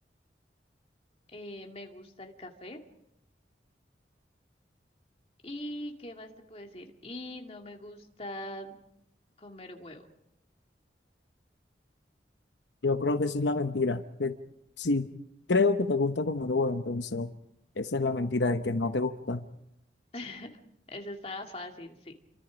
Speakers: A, on the left; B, on the left.
A: eh, me gusta el café. ¿Y qué más te puedo decir? Y no me gusta comer huevo.
B: Yo creo que esa es la mentira. Que sí, creo que te gusta como el juego, entonces esa es la mentira de que no te gusta.
A: <laughs> Eso estaba fácil, sí.